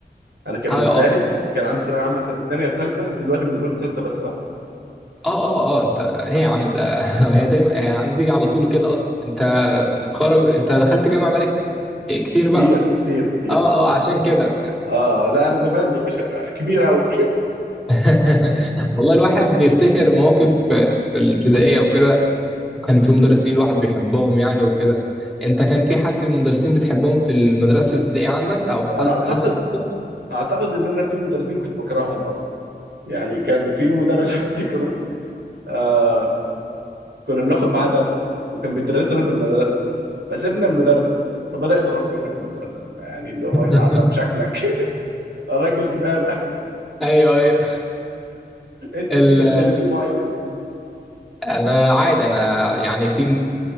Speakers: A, on the right (about 90°); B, in the centre.
A: انا كان
B: اه
A: بالنسبه لي كان عندي ثانويه عامه سنه ثانيه وثالثه انت دلوقتي بالنسبه لكم ثالثه بس صح
B: اه اه اه انت ايه يا عم ده <laughs> هي دايما هي عندي على طول كده اصلا انت متخرج انت دخلت جامعه بالك كتير
A: كتير
B: بقى
A: كتير كتير
B: اه اه
A: انا
B: عشان كده
A: اه لا انا زمان يا باشا انا كبير قوي
B: <laughs> والله الواحد
A: <laughs> ف-
B: بيفتكر مواقف في في الابتدائيه وكده وكان في مدرسين الواحد بيحبهم يعني وكده انت كان في حد من المدرسين بتحبهم في المدرسه الابتدائيه عندك او حاج-
A: انا اعتقد
B: حصل موقف؟
A: اعتقد ان انا في مدرسين كنت بكرههم قوي يعني كان في مدرس <laughs> افتكره آه كنا بناخد معاه درس وكان بيدرسنا في المدرسه فسيبنا المدرس فبدأ يضرب فينا في المدرسه فيعني اللي هو
B: <laughs>
A: ينعل ابو شكلك <laughs> راجل زباله <laughs>
B: ايوه ايوه
A: انت
B: ال...
A: في مدرسين معينين
B: انا عادي انا يعني في